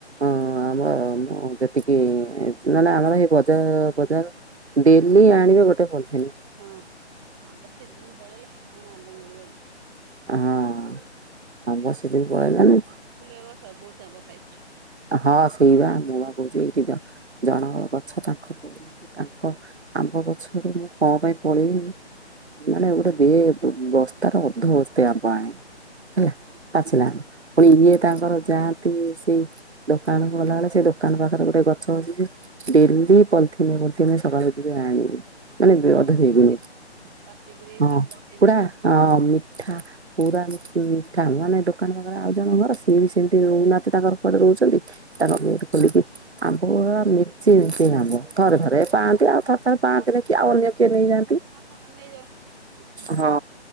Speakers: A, on the right; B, on the right.
A: ହଁ ଆମର ଯେତିକି ନାନା ଆମର ଏଇ ବଜାର ବଜାର ଡେଲି ଆଣିବେ ଗୋଟେ ପଲ
B: ହଁ ହଁ ବା ସିଜିନ ପଳେଇଲାଣି କଣ ଆମ୍ବ ମିଳିିବ କି।
A: ହଁ ଆମ୍ବ ସିଜିନ୍ ପଳେଇଲାଣିି।
B: କ ଏ ବର୍ଷ ବହୁତ ଆମ୍ବ ଖାଇଛୁ।
A: ହଁ ସେଇ ବା ମୁଁ ଭାବୁଛି ଏଇଠି ଜଣଙ୍କ ଗଛ ତାଙ୍କ ପ ତାଙ୍କ ଆମ୍ବ ଗଛରୁ ମୁଁ କଣ ପାଇଁ ପଳେଇନି। ମାନେ ଗୋଟେ ବେ ବସ୍ତାରେ ଅଧ ବସ୍ତେ ଆମ୍ବ ଆଣିଲି ହେଲା।
B: ହଁ।
A: ଅଛିନା ପୁଣି ଇଏ ତାଙ୍କର ଯାହାନ୍ତି ସେଇ ଦୋକାନକୁ ଗଲାବେଳେ ସେ ଦୋକାନ ପାଖରେ ଗୋଟେ ଗଛ ଅଛି ଡେଲି ପଲିଥିନେ ପଲିଥିନେ ସକାଳୁ ଯିବେ ଆଣିବେ। ମାନେ
B: ଆମ୍ବ
A: ଅଧ ବେଗ୍
B: ପଡିବ
A: ହେଇଯିବ
B: ପାଚିକିରି
A: ହଁ
B: ପାକଳ ହେଇ
A: ପୁରା
B: ଯାଇକିରି
A: ଅଁ ମିଠା ପୁରା ମିଠା ଆମ୍ବ ଦୋକାନ ପାଖରେ ଆଉ ଜଣ ଘର ସିଏବି ସେମିତି ରହୁନାହାନ୍ତି ତାଙ୍କର କୁଆଡ଼େ ରହୁଛନ୍ତି
B: ହଁ
A: ତାଙ୍କ ଗେଟ୍ ଖୋଲିକି ଆମ୍ବ ପୁରା ମିଚି ମିଚି ଆମ୍ବ ଥରେ ଥରେ ପାଆନ୍ତି ଆଉ ଥରେ ଥରେ ପାଆନ୍ତିନି କିଏ ଆଉ ଅନ୍ୟ କେହି ନେଇଯାଆନ୍ତି।
B: ହଁ ନେଇେ ଯାଉଛନ୍ତି
A: ହଁ